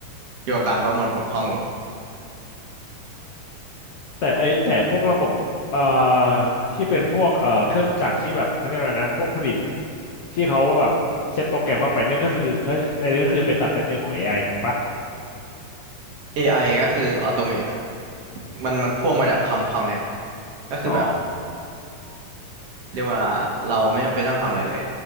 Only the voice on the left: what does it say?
อืมแต่ไอ้แต่พวกระบบเอ่อที่เป็นพวกเอ่อเครื่องจักรที่แบบเขาเรียกอะไรนะพวกผลิตที่เขาแบบเซตโปรแกรมเข้าไปเนี่ยก็คือเขาไอ้ก็คือเป็นสับเซตหนึ่งของเอไอถูกปะ
อ๋อ